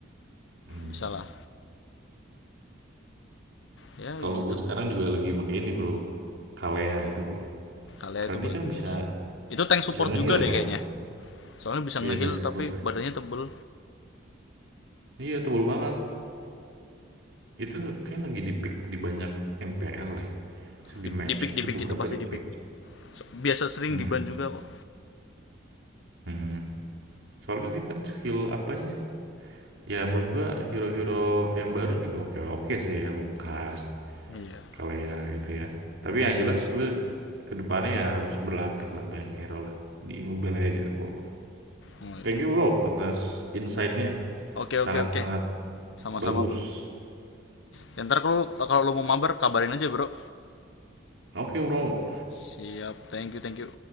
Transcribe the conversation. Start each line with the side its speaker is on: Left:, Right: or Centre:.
Right: Hmm.
Left: bisa lah. Ya
Right: Kalau
Left: gitu.
Right: gue sekarang juga lagi pakai ini bro. Kalea itu bro.
Left: Kalea
Right: Karena
Left: itu
Right: dia
Left: bagus.
Right: kan bisa
Left: Itu tank support
Right: bisa ngeheal
Left: juga deh
Right: kan.
Left: kayaknya. Soalnya bisa
Right: Iya
Left: ngeheal
Right: tank support
Left: tapi
Right: ya.
Left: badannya tebel.
Right: Iya tebel banget. Itu kayaknya lagi di-pick di banyak MPL deh. Se-
Left: Dip-
Right: Di match
Left: Dipik dipik
Right: itu beberapa
Left: itu pasti
Right: di-pick.
Left: dipik. So- Biasa sering
Right: Hmm,
Left: diban juga kok.
Right: hmm. Soalnya dia kan skill apanya sih? Ya menurut gua hero-hero yang baru juga oke-oke sih ya, Lukas,
Left: Iya,
Right: Kalea gitu ya. Tapi
Left: bagus
Right: yang
Left: bagus
Right: jelas
Left: lah.
Right: gue kedepannya ya harus berlatih lah banyak hero lah di Mobile Legends bro.
Left: Oh iya.
Right: Thank you bro atas insight-nya,
Left: Oke
Right: sangat-sangat
Left: oke oke. Sama-sama
Right: bagus.
Left: bro. Ya, ntar kalau kalau lu mau mabar kabarin aja bro.
Right: Oke bro.
Left: Siap. Thank you thank you.